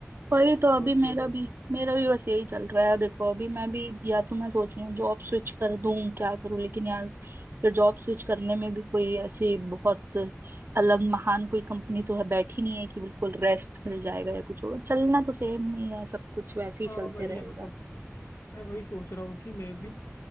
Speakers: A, on the left (about 60°); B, on the right (about 50°).
A: हंड्रेड
B: वही
A: एक्स
B: तो अभी
A: ग्रोथ
B: मेरा
A: चाहिए तो
B: भी मेरा भी बस यही चल रहा है देखो अभी मैं भी या तो मैं सोच रही हूँ जॉब स्विच कर दूं क्या करूं लेकिन यार फिर जॉब स्विच करने में भी कोई ऐसी बहुत अलग महान कोई कंपनी तो है बैठी नहीं है कि बिल्कुल रेस्ट मिल जाएगा या कुछ होगा चलना तो सेम ही है सब कुछ वैसे ही
A: हाँ
B: चलते
A: वही
B: रहेगा
A: है मतलब मैं वही सोच रहा हूँ कि मैं भी